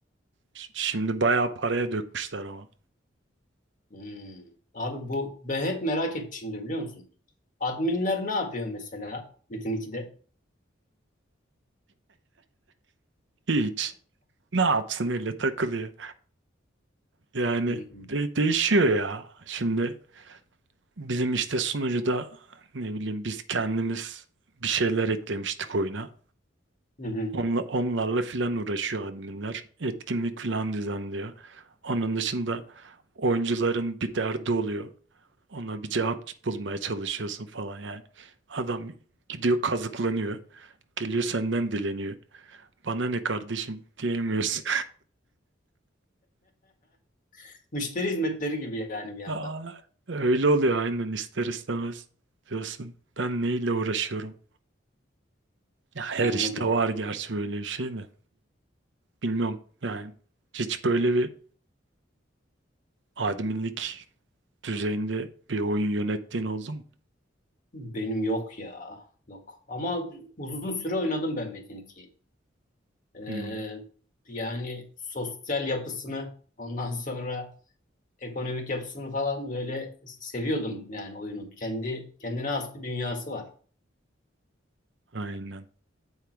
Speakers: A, on the right (about 65°); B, on the left (about 45°).
A: Ş- Şimdi bayağı paraya dökmüşler ama.
B: Hmm. Abi bu ben hep merak etmişimdir biliyor musun? Adminler ne yapıyor mesela Metin 2'de?
A: Hiç. Ne yapsın öyle takılıyor. Yani
B: Hmm.
A: de- değişiyor ya. Şimdi bizim işte sunucuda ne bileyim biz kendimiz bir şeyler eklemiştik oyuna.
B: Hı hı.
A: Onla, onlarla filan uğraşıyor adminler. Etkinlik filan düzenliyor. Onun dışında oyuncuların bir derdi oluyor. Ona bir cevap bulmaya çalışıyorsun falan yani. Adam gidiyor kazıklanıyor. Geliyor senden dileniyor. Bana ne kardeşim diyemiyorsun.
B: <laughs> Müşteri hizmetleri gibi yani
A: <laughs>
B: bir yandan.
A: Aa, öyle oluyor aynen ister istemez diyorsun. Ben neyle uğraşıyorum? Ya her
B: Anladım.
A: işte var gerçi böyle bir şey de. Bilmiyorum yani. Hiç böyle bir adminlik düzeyinde bir oyun yönettiğin oldu mu?
B: Benim yok ya. Yok. Ama uzun süre oynadım ben Metin 2'yi. Ee,
A: Hmm,
B: yani sosyal yapısını ondan sonra ekonomik yapısını falan böyle seviyordum yani oyunun. Kendi kendine has bir dünyası var.
A: aynen.